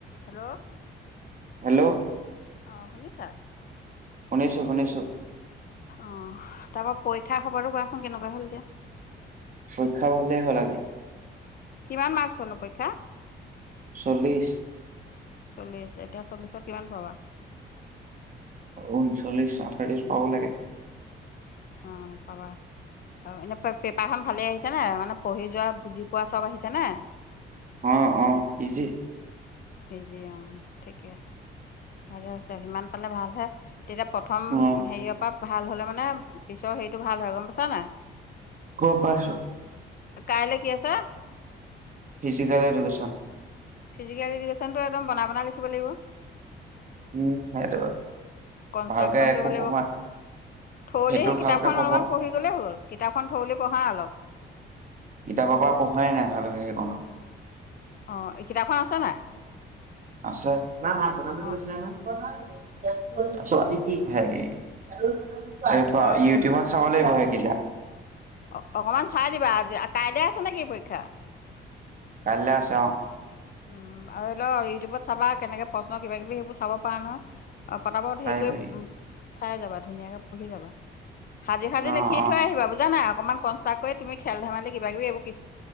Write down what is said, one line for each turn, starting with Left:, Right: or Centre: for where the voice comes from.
Left: Hello
Right: hello
Left: অঁ শুনিছা?
Right: শুনিছো শুনিছো।
Left: অঁহ, তাৰপা পৰীক্ষা খবৰটো কোৱাচোন কেনেকুৱা হ'ল এতিয়া।
Right: পৰীক্ষা ভালে হ'ল আজি।
Left: কিমান মাৰ্কছৰ নো পৰীক্ষা?
Right: চল্লিশ।
Left: চল্লিশ, এতিয়া চল্লিশৰ কিমান পাবা?
Right: ঊনচল্লিশ আঠত্ৰিশ পাব লাগে।
Left: অঁ, পাবা, অঁ এনে প পেপ পেপাৰ খন ভালে আহিছে নে মানে পঢ়ি যোৱা বুজি পোৱা চব আহিছে নে?
Right: অঁ, অঁ, ইজি।
Left: ইজি অঁ, ঠিকে আছে, ভালে হৈছে সিমান পালে ভালহে তেতিয়া প্ৰথম
Right: অ
Left: হেৰিয়ৰ পা ভাল হ'লে মানে, পিছৰ হেৰিটো ভাল হয় গম পাইছা নাই?
Right: গম পাইছো।
Left: কাইলে কি আছে?
Right: Physical education.
Left: ফিজিকেল ইডুকেশ্যনতটো একদম বন বনাই লিখিব লাগিব।
Right: উম সেইটো
Left: কনষ্ট্ৰাকচন
Right: ভালকে একো
Left: কৰিব লাগিব
Right: পঢ়োৱা
Left: থোৰোলি
Right: সেইটো
Left: সেই কিতাপখন
Right: ভালকে পঢ়োৱা
Left: অলপমান পঢ়ি গলেই হ'ল, কিতাপখন থোৰোলি পঢ়া অলপ।
Right: কিতাপৰ পৰা পঢ়োৱাই নাই ভালকে এইকণো।
Left: অ' এই কিতাপখন আছে নাই?
Right: আছে। মা ভাত বনাম বুলি
Left: অ',
Right: কৈছিলা নহয়? বনালোঁ। <unintelligible> এৱা
Left: পুৰা পঢ়িলো
Right: ইউটিউবত চাব লাগিব সেইকিতা।
Left: অ' অকমান চাই দিবা। আজি, কাইলে আছে নেকি পৰীক্ষা?
Right: কাইলে আছে অ'।
Left: উম আৰু লও ইউটিউবত চাবা কেনেকে প্ৰশ্ন কিবা কিবি সেইবোৰ চাব পৰা নহয়। অ' পতাপত
Right: পাৰিবি
Left: হেইকৰি চাই যাবা ধুনীয়াকে পঢ়ি যাবা। সাজি সাজি
Right: অ
Left: লিখি
Right: অ
Left: থৈ আহিবা বুজা নাই। অকমান কষ্ট কৰি তুমি খেল ধেমালি কিবা কিবোৰ এইবো কি